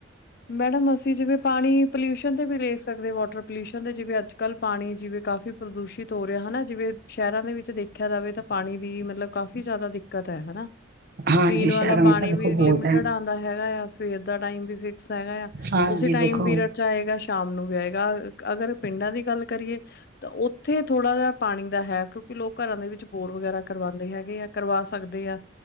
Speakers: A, on the left; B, on the right.
A: ਮੈਡਮ ਅਸੀਂ ਜਿਵੇਂ ਪਾਣੀ ਪੋਲਿਊਸ਼ਨ ਤੇ ਵੀ ਦੇੇਖ ਸਕਦੇ ਵਾਟਰ ਪੋਲਿਊਸ਼ਨ ਦੇ ਜਿਵੇਂ ਅੱਜ ਕੱਲ੍ਹ ਪਾਣੀ ਜਿਵੇਂ ਕਾਫੀ ਪ੍ਰਦੂਸ਼ਿਤ ਹੋ ਰਿਹਾ ਹੈਨਾ ਜਿਵੇਂ ਸ਼ਹਿਰਾਂ ਦੇ ਵਿੱਚ ਦੇਖਿਆ ਜਾਵੇ ਤਾਂ ਪਾਣੀ ਦੀ ਮਤਲਬ ਕਾਫ਼ੀ ਜ਼ਿਆਦਾ ਦਿੱਕਤ ਹੈ ਹੈਨਾ
B: ਹਾਂਜੀ
A: ਪੀਣ ਵਾਲਾ
B: ਸ਼ਹਿਰਾਂ
A: ਪਾਣੀ
B: ਵਿੱਚ ਤਾਂ ਦੇਖੋ
A: ਵੀ
B: ਬਹੁਤ
A: ਲਿਮਟਡ
B: ਹੈ
A: ਆਉਂਦਾ ਹੈਗਾ ਆ ਸਵੇਰ ਦਾ ਟਾਈਮ ਵੀ ਫਿਕ ਗਾ ਆ
B: ਹਾਂਜੀ
A: ਉਸੇ ਟਾਈਮ
B: ਦੇਖੋ
A: ਪੀਰੀਅਡ ਚ ਆਏਗਾ ਸ਼ਾਮ ਨੂੰ ਵੀ ਆਏਗਾ ਅਗਰ ਪਿੰਡਾਂ ਦੀ ਗੱਲ ਕਰੀਏ ਤਾਂ ਉੱਥੇ ਥੋੜਾ ਜਿਹਾ ਪਾਣੀ ਦਾ ਹੈ ਕਿਉਂਕਿ ਲੋਕ ਘਰਾਂ ਦੇ ਵਿੱਚ ਬੋਰ ਵਗੈਰਾ ਕਰਵਾਂਦੇ ਹੈਗੇ ਆ ਕਰਵਾ ਸਕਦੇ ਆ